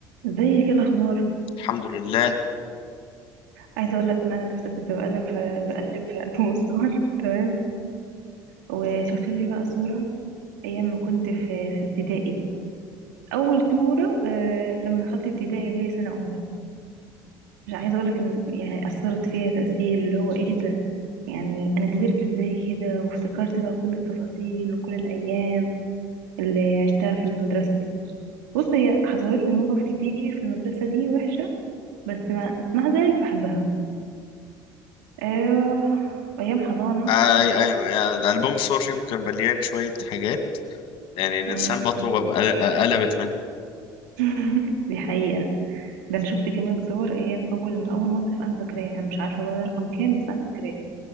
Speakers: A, on the right; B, on the left.
A: ازيك ايه الاخبار
B: الحمد لله
A: عايزه اقول لك ان انا لسه كنت بقلب في بقلب في البوم الصور <laughs> تمام وشفت لي بقى صوره ايام ما كنت في في ابتدائي اول صوره آه لما دخلت ابتدائي اللي هي سنه اولى مش عايزه اقول لك ان يعني اثرت فيها تاثير اللي هو ايه ده يعني انا كبرت ازاي كده وافتكرت بقى كل التفاصيل وكل الايام اللي عشتها في المدرسه دي بص هي حصلت لي مواقف كتير في المدرسة دي وحشة بس مع, مع ذلك بحبها آه... أيام حضانة
B: آه، آه، آه، آه، الألبوم الصور شكله كان مليان شوية حاجات يعني الإنسان
A: امم
B: بطنه بقى- آه، قلبت منها
A: <laughs> دي حقيقة ده انا شفت كمان صور ايام اول اول مصيف انا فاكراه انا مش عارفة بقى ده رقم كام بس انا فاكراه